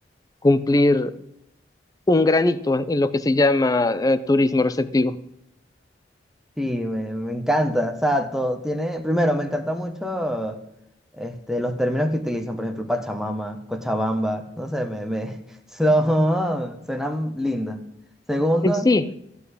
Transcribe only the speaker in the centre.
Sí, me, me encanta. O sea, todo tiene. Primero, me encanta mucho este, los términos que utilizan, por ejemplo, Pachamama, Cochabamba. No sé, me, me <laughs> son, suenan lindos. Segundo,